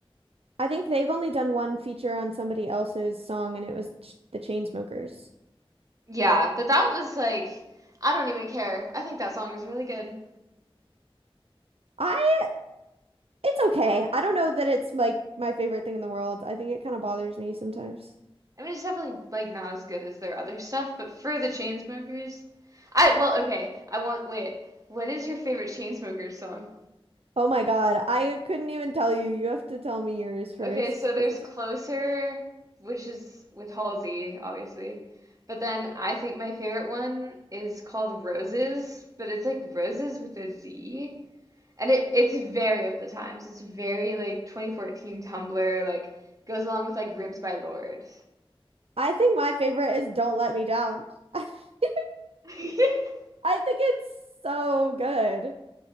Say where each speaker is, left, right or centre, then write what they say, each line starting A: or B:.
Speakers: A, on the right; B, on the right.
A: I think they've only done one feature on somebody else's song, and it was Ch the Chainsmokers.
B: Yeah, but that was like I don't even care. I think that song was really good.
A: I it's okay. I don't know that it's like my favorite thing in the world. I think it kind of bothers me sometimes.
B: I mean, it's definitely like not as good as their other stuff, but for the Chainsmokers, I well, okay, I want wait. What is your favorite Chainsmokers song?
A: Oh my God, I couldn't even tell you. You have to tell me yours first,
B: Okay, so there's
A: because
B: Closer, which is with Halsey, obviously. But then I think my favorite one is called Roses, but it's like Roses with a Z. And it it's very of the times. It's very like 2014 Tumblr, like goes along with like Ribs by Lord.
A: I think my favorite is "Don't Let Me Down." <laughs>
B: <laughs>
A: I think it's so good.